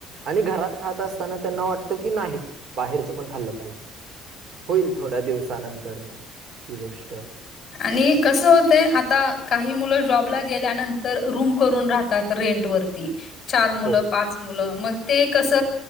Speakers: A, on the right; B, on the left.
A: आणि घरात खात असताना त्यांना वाटतं की नाही बाहेरचं पण खाल्लं पाहिजे. होईल थोड्या दिवसानंतरन ही गोष्ट.
B: आणि कसं होतय आता काही मुलं जॉबला गेल्यानंतर रूम करून राहतात. रेंट वरती चार मुलं,
A: हो,
B: पाच मुलं मग ते कस